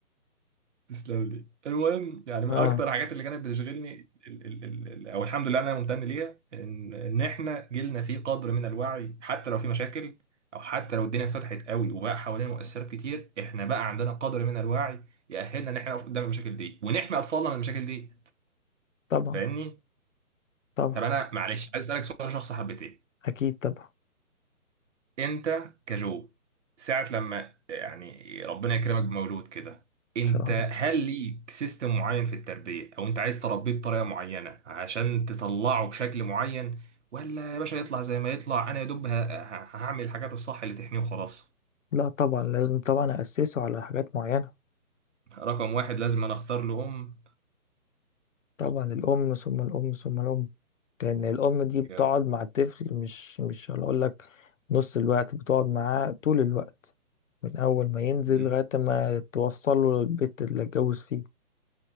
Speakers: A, on the right; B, on the left.
A: تسلم لي المهم يعني من
B: اه
A: اكتر الحاجات اللي كانت بتشغلني ال ال ال ال او الحمد لله انا ممتن ليها ان ان احنا جيلنا فيه قدر من الوعي حتى لو في مشاكل او حتى لو الدنيا اتفتحت قوي وبقى حوالينا مؤثرات كتير احنا بقى عندنا قدر من الوعي يأهلنا ان احنا نقف قدام المشاكل دي ونحمي اطفالنا من المشاكل دي
B: طبعا
A: فاهمني
B: طبعا
A: طب انا معلش عايز اسالك سؤال شخص حبتين
B: اكيد طبعا
A: انت كجو ساعة لما يعني ربنا يكرمك بمولود كده انت
B: ان شاء الله
A: هل ليك سيستم معين في التربية او انت عايز تربيه بطريقة معينة عشان تطلعه بشكل معين ولا يا باشا يطلع زي ما يطلع انا يا دوب ه- ه- هعمل الحاجات الصح اللي تحميه وخلاص
B: لا طبعا لازم طبعا اسسه على حاجات معينة
A: رقم واحد لازم انا اختار له ام
B: طبعا الأم ثم الأم ثم الأم لأن الأم دي بتقعد
A: جامد
B: مع الطفل مش مش هنقول لك نص الوقت بتقعد معاه طول الوقت من أول ما ينزل
A: جامد
B: لغاية ما توصل له البيت اللي اتجوز فيه